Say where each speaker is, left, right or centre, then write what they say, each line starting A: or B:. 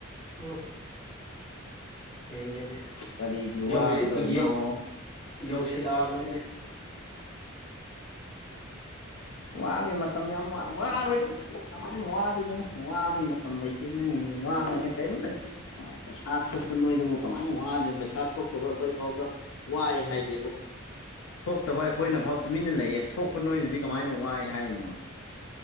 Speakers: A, on the left; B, on the left.
A: ꯎꯝ ꯍꯅꯦ
B: ꯀꯔꯤꯒꯤ ꯋꯥꯒꯗꯕꯅꯣ
A: ꯌꯥꯎꯁꯤ ꯏꯎ ꯌꯧꯁꯤꯜꯂꯛꯑꯕꯅꯤꯅꯦ
B: ꯋꯥꯕꯒꯤ ꯃꯇꯝ ꯌꯥꯝ ꯋꯥꯔꯣꯏꯗ ꯀꯃꯥꯏꯅ ꯋꯥꯗꯣꯏꯅꯪ ꯋꯥꯕꯩ ꯃꯇꯝ ꯂꯩꯇꯦ ꯅꯪꯒꯤ ꯋꯥꯉꯦ ꯀꯔꯤꯝꯇ ꯂꯩꯇꯦꯗ ꯄꯩꯁꯥ ꯊꯣꯛꯄ ꯅꯣꯏꯗꯕꯨ ꯀꯃꯥꯏꯅ ꯋꯥꯗꯦ ꯄꯩꯁꯥ ꯊꯣꯛꯇꯕ ꯑꯩꯈꯣꯏ ꯐꯥꯎꯗ ꯋꯥꯏꯑꯦ ꯍꯥꯏꯗꯦꯕ ꯊꯣꯛꯇꯕ ꯑꯩꯈꯣꯏꯅꯐꯥꯎ ꯇꯨꯃꯤꯟꯅ ꯂꯩꯌꯦ ꯊꯣꯛꯄ ꯅꯣꯏꯅꯗꯤ ꯀꯃꯥꯏꯅ ꯋꯥꯏ ꯍꯥꯏꯔꯤꯅꯣꯅꯦ